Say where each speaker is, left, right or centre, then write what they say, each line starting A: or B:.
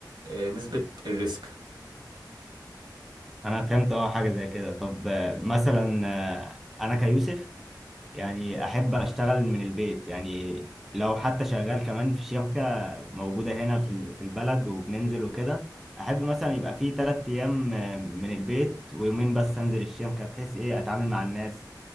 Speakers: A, on the right (about 80°); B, in the centre.
A: آه، نسبه الريسك
B: انا فهمت اه حاجة زي كده طب آه، مثلا آه، انا كيوسف يعني أحب أشتغل من البيت يعني لو حتى شغال كمان في شركة موجودة هنا في ال- في البلد وبننزل وكده أحب مثلا يبقى فيه تلات أيام آه، من البيت ويومين بس أنزل الشركة بحيث إيه أتعامل مع الناس